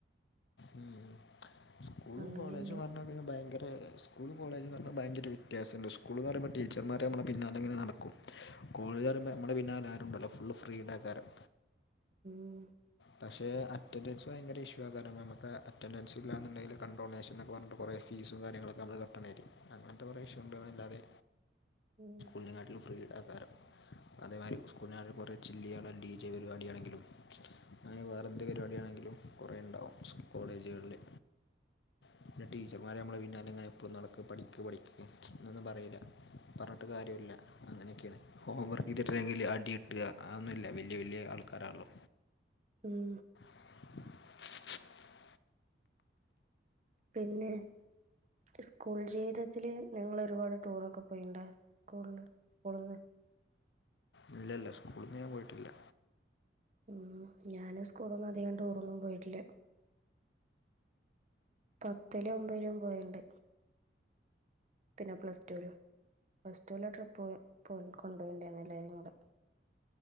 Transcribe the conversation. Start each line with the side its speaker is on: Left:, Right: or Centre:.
Left: ഉം ഉം സ്കൂളും
Right: അങ്ങനെയുണ്ട്
Left: കോളേജും പർണാ പിന്നെ ഭയങ്കര പ്പെ സ്കൂളും കോളേജും ന്ന് ർണാ ഭയങ്കര വ്യത്യാസണ്ട് സ്കൂള് ന്ന് പറയുമ്പോ ടീച്ചർമാരെ നമ്മളെ പിന്നാലെങ്ങനെ നടക്കും കോളേജ് പറയുമ്പോ നമ്മളെ പിന്നാലെ ആരുംണ്ടാവൂല ഫുളള് ഫ്രീഡയ്ക്കാരം
Right: ഉം
Left: പക്ഷെ അറ്റൻഡൻസ് ഭയങ്കര ഇഷ്യൂ ക്കാരം നമുക്ക് അറ്റൻഡൻസ് ഇല്ലാന്ന്ണ്ടെങ്കിൽ കണ്ട്രോനേഷൻ ന്നൊക്കെ പറഞ്ഞിട്ടും കുറേ ഫീസും കാര്യങ്ങളൊക്കെ നമ്മള് കെട്ടണെയിരിക്കും അങ്ങനത്തെ കുറെേ ഇഷ്യൂ ഉണ്ട് ല്ലാതെ
Right: ഉം
Left: ഇതിനെങ്ങാട്ടിലും ഫ്രീഡയ്ക്കാരം അതേമാരി സ്കൂൾ നാട്ടിലും കുറേ ചില്ല്യ്യാള്ള ഡി ജെ പരിവാടിയാണെങ്കിലും മ്ച്ചും അങ്ങനെ വേറെന്ത് പരിവാടിയാണെങ്കിലും കുറെേ ണ്ടാവും സ് കോളേജുകളില്ല് പിന്നെ ടീച്ചർമാര് നമ്മളെ പിന്നാലെ ഇങ്ങനെ എപ്പളും നടക്ക പഠിക്ക് പഠിക്ക് മ്ച്ചും ന്നെന്നും പറയീല പർണെട്ട് കാര്യല്ല അങ്ങനെയൊക്കെയാണ് ഹോം വർക്ക് യ്തിട്ടല്ലങ്കില് അടി കിട്ടാ അവ്ന്നുല്ല വല്ലിയ വല്ലിയ ആൾക്കാരാണ്ല്ലോ
Right: ഉം
Left: <inaudible>
Right: പിന്നെ ഹ് സ്കൂൾ ജീവിതത്തില് നിങ്ങള് ഒരുപാട് ടൂറൊക്കെ പോയിണ്ടാ സ്കൂൾല് സ്കൂൾന്ന്
Left: ഇല്ല ഇല്ല സ്കൂൾന്ന് ഞാൻ പോയിട്ടില്ല
Right: ഉം ഞാനും സ്കൂളൊന്നും അധികം ടൂറൊന്നും പോയിട്ടില്ല പത്തിലും ഒബെലും പോയിണ്ട് പിന്നെ പ്ലസ്ടൂലും പ്ലസ്ടൂലെ ട്രിപ്പ് പോയി കൊണ്ടെയിണ്ടായിരുന്നു എല്ലാരും കൂടെ